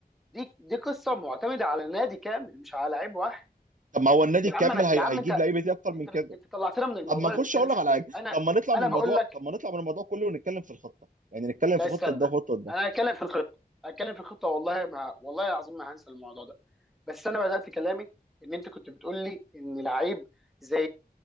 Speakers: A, in the centre; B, on the right.
A: دي دي قصه معتمده على نادي كامل مش على لعيب واحد
B: طب ما هو النادي
A: يا
B: الكامل
A: عم انا
B: هي...
A: يا عم
B: هيجيب
A: انت
B: لعيبه دي اكتر
A: انت
B: من كده
A: بت- انت طلعتنا من الموضوع
B: طب ما
A: اللي
B: نخش
A: بنتكلم
B: اقول
A: فيه
B: لك على
A: ليه
B: حاجه
A: انا
B: طب ما نطلع
A: انا
B: من
A: بقول
B: الموضوع
A: لك
B: طب ما نطلع من الموضوع كله ونتكلم في الخطه يعني نتكلم
A: لا
B: في
A: استنى
B: خطه ده وخطه
A: انا هتكلم في الخطه هتكلم في الخطه والله ما والله العظيم ما هنسى الموضوع ده بس انا بدات كلامي ان انت كنت بتقول لي ان لعيب زي